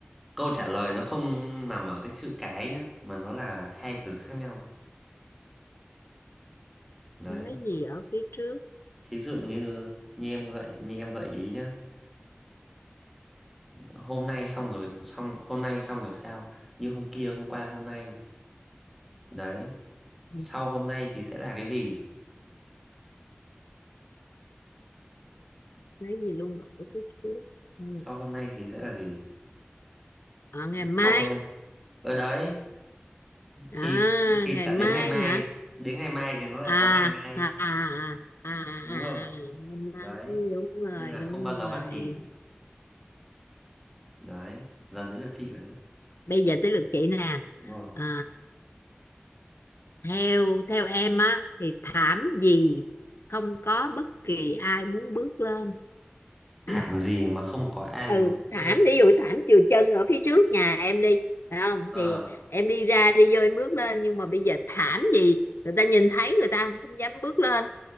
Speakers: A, in the centre; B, on the left (about 75°).
A: câu trả lời nó không nằm ở cái chữ cái nhá mà nó là hai từ khác nhau đấy
B: cái gì ở phía trước
A: thí dụ như như em gợi như em gợi ý nhá hôm nay xong rồi xong hôm nay xong rồi sao như hôm kia hôm qua hôm nay đấy
B: ừ.
A: sau hôm nay thì sẽ là cái gì
B: cái gì luôn ở phía trước ừ.
A: sau hôm nay thì sẽ là gì
B: à, ngày mai
A: sau hôm nay ở đấy
B: à
A: thì thì
B: ngày
A: chả
B: mai
A: đến ngày mai
B: hả
A: đến ngày mai thì nó lại
B: à
A: có ngày mai
B: à à à, à, à. à,
A: đúng không
B: ngày mai
A: đấy
B: đúng rồi
A: nên là không
B: đúng
A: bao giờ
B: rồi
A: bắt kịp đấy giờ đến lượt chị rồi đấy
B: bây giờ tới lượt chị nè
A: đúng rồi
B: à theo theo em á thì thảm gì không có bất kỳ ai muốn bước lên Ừ.
A: thảm gì mà không có ai
B: ừ
A: muốn
B: thảm
A: bước lên
B: ví dụ thảm chừa chân ở phía trước nhà em đi phải không
A: ờ
B: thì em đi ra đi vô em bước lên nhưng mà bây giờ thảm gì người ta nhìn thấy người ta không dám bước lên